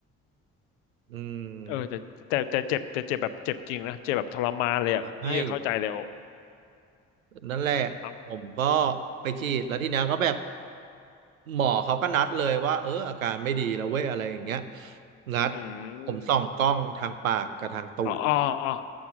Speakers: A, on the right (about 80°); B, on the left (about 65°).
A: อืม
B: เออแต่แต่แต่เจ็บแต่เจ็บแบบเจ็บจริงนะเจ็บแบบทรมานเลยอ่ะพี่เข้าใจเลย
A: ให้นั่นแหละ
B: อ๋อ
A: ผมก็ไปฉีดแล้วทีเนี้ยก็แบบหมอเขาก็นัดเลยว่าเอออาการไม่ดีแล้วเว้ยอะไรอย่างเงี้ยนัด
B: อื
A: ผมส่องกล้องทางปากกับทางตูด
B: มอ๋ออ๋ออ๋อ